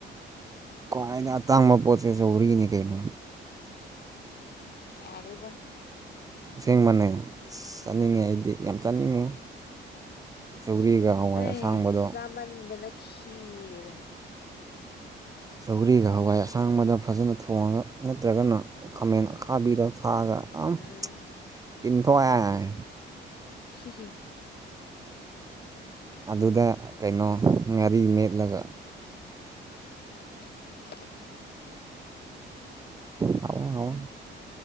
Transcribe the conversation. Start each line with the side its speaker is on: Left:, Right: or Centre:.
Right: ꯈ꯭ꯋꯥꯏꯗ ꯑꯇꯥꯡꯕ ꯄꯣꯠꯁꯦ ꯁꯧꯒ꯭ꯔꯤꯅꯦ ꯀꯩꯅꯣ
Left: ꯌꯔꯦꯗ
Right: ꯑꯁꯦꯡꯕꯅꯦ ꯑꯁ ꯆꯥꯅꯤꯡꯉꯦ ꯑꯩꯗꯤ ꯌꯥꯝ ꯆꯥꯅꯤꯡꯉꯦ ꯁꯧꯒ꯭ꯔꯤꯒ ꯍꯋꯥꯏ
Left: ꯑꯩ
Right: ꯑꯁꯥꯡꯕꯗꯣ
Left: ꯆꯥꯃꯟꯗꯅ ꯈꯤꯔꯦꯗꯥ
Right: ꯁꯧꯒ꯭ꯔꯤꯒ ꯍꯋꯥꯏ ꯑꯁꯥꯡꯕꯗ ꯐꯖꯅ ꯊꯣꯡꯉꯒ ꯅꯠꯇ꯭ꯔꯒꯅ ꯈꯥꯃꯦꯟ ꯑꯈꯥꯕꯤꯗꯣ ꯊꯥꯛꯑꯒ ꯑꯥꯝ
Left: ꯎꯝ
Right: ꯇꯤꯟ ꯊꯣꯛꯑꯦ
Left: ꯍ <inaudible>
Right: ꯑꯗꯨꯗ ꯀꯩꯅꯣ ꯉꯥꯔꯤ ꯃꯦꯠꯂꯒ
Left: <inaudible>
Right: ꯍꯥꯎꯋꯦ ꯍꯥꯎꯋꯦ